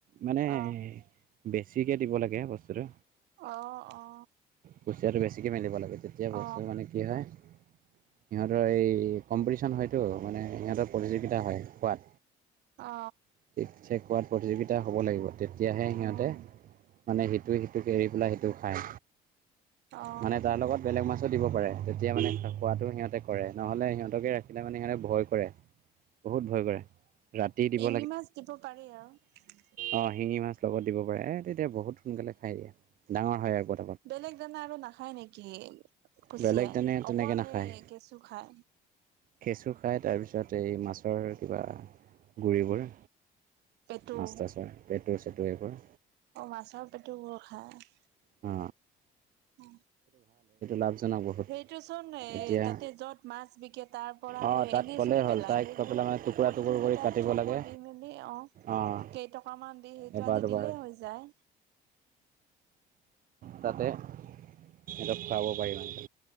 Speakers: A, on the right; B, on the right.
A: মানে
B: অ
A: বেছিকে দিব লাগে বস্তুটো
B: অ অ
A: কুচিয়াটো বেছিকে মেলিব লাগে তেতিয়া
B: অ
A: বস্তু মানে কি হয়, সিহঁতৰ এই কম্পিটিচন হয়তো মানে সিহঁতৰ প্ৰতিযোগিতা হয় খোৱাত
B: অ অ
A: ঠিক চেক কৰাত প্ৰতিযোগিতা হ'ব লাগিব তেতিয়াহে সিহঁতে
B: উম
A: মানে সিটোৱে সিটোক এৰি পেলাই, সিটো খায়।
B: অ
A: মানে তাৰ লগত বেলেগ মাছো দিব পাৰে তেতিয়া মানে খোৱাটো সিহঁতে কৰে নহ'লে সিহঁতকে ৰাখিলে মানে সিহঁতে ভয় কৰে বহুত ভয় কৰে। ৰাতি দিব
B: শিঙি মাছ দিব পাৰি আৰু।
A: অ শিঙি মাছ লগত দিব পাৰে এ তেতিয়া বহুত সোনকালে খাই দিয়ে ডাঙৰ হয় আৰু ব
B: বেলেগ দানা আৰু নাখায় নেকি কুচিয়াই
A: বেলেগ তেনে তেনেকৈ
B: অকল
A: নাখায়
B: সে কেঁচু খাই
A: কেঁচু খাই তাৰপিছত এই মাছৰ কিবা গুৰিবোৰ
B: পেটু
A: মাছ তাছৰ পেটু চেটু এইবোৰ
B: অ মাছৰ পেটবোৰ খাই
A: অ।
B: অ
A: লাভজনক বহুত
B: সেইটো চোন এহ
A: এতিয়া
B: তাতে য'ত মাছ বিকে তাত পৰা
A: অঁ
B: সে
A: তাত
B: এনেইচোন
A: ক'লেই হ'ল
B: পেলাই,
A: তাইক
B: সেইবোৰ
A: কৈ পেলাই মানে টুকুৰা
B: পলিথিন
A: টুকুৰ কৰি
B: এটাত
A: কাটিব
B: থব
A: লাগে
B: দি মেলি অ'।
A: অঁ
B: কেইটকামান দি সেইটো
A: এবাৰ
B: আনি
A: দুবাৰ
B: দিলেও হৈ যায়।
A: যাতে সিহঁতক খোৱাব পাৰিম